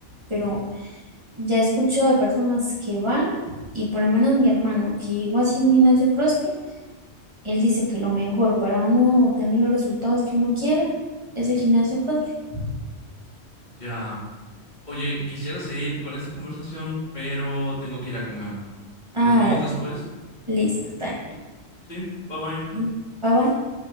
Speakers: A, on the right; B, on the left.
A: pero ya he escuchado de personas que van y por lo menos mi hermano que iba así a un gimnasio CrossFit, él dice que lo mejor para uno obtener los resultados que uno quiera es el gimnasio CrossFit.
B: Ya. Oye, quisiera seguir con esta conversación, pero tengo que ir a comer.
A: Ah,
B: Nos vemos
A: dale,
B: después.
A: pues, listo, está
B: Sí, bye bye.
A: bien. Bye bye.